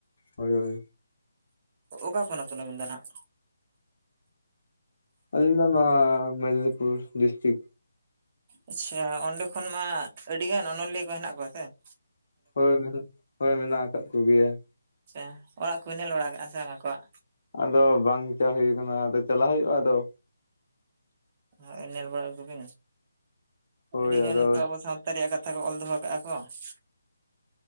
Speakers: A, on the left; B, on the right.
A: ᱦᱳᱭ ᱦᱳᱭ,
B: ᱚᱠᱟ ᱯᱚᱱᱚᱛ ᱠᱷᱚᱱ ᱟᱹᱵᱤᱱ ᱫᱚ ᱱᱟᱦᱟᱸᱜ?
A: ᱟᱞᱤᱧ ᱫᱚ ᱱᱚᱣᱟ ᱢᱮᱫᱽᱱᱤᱯᱩᱨ ᱰᱤᱥᱴᱤᱠ ᱾
B: ᱟᱪᱪᱷᱟ ᱚᱸᱰᱮ ᱠᱷᱚᱱ ᱢᱟ ᱟᱹᱰᱤ ᱜᱟᱱ ᱚᱱᱚᱞᱤᱭᱟᱹ ᱠᱚ ᱦᱮᱱᱟᱜ ᱠᱚᱣᱟ ᱥᱮ ᱾
A: ᱦᱳᱭ ᱢᱮᱱᱟᱜ ᱟᱠᱟᱫ ᱦᱳᱭ ᱢᱮᱱᱟᱜ ᱟᱠᱟᱫ ᱠᱚ ᱜᱮᱭᱟ ᱾
B: ᱟᱪᱪᱷᱟ, ᱚᱲᱟᱜ ᱠᱚ ᱵᱤᱱ ᱧᱮᱞ ᱵᱟᱲᱟ ᱟᱠᱟᱜᱼᱟ ᱥᱮ ᱵᱟᱝ ᱟᱠᱚᱣᱟᱜ?
A: ᱟᱫᱚ ᱵᱟᱝ ᱪᱟᱞᱟᱣ ᱦᱩᱭ ᱟᱠᱟᱱᱟ, ᱟᱫᱚ ᱪᱟᱞᱟᱣ ᱦᱩᱭᱩᱜᱼᱟ, ᱟᱫᱚ
B: ᱦᱳᱭ ᱧᱮᱞ ᱵᱟᱲᱟ ᱠᱚᱵᱤᱱ,
A: ᱦᱳᱭ
B: ᱟᱹᱰᱤ ᱜᱟᱱ
A: ᱟᱫᱚ
B: ᱠᱚ ᱟᱵᱚ ᱥᱟᱶᱛᱟ ᱞᱟᱛᱟᱨ ᱨᱮᱭᱟᱜ ᱠᱟᱛᱷᱟ ᱠᱚ ᱚᱞ ᱫᱚᱦᱚᱣ ᱠᱟᱜᱼᱟ ᱠᱚ ᱾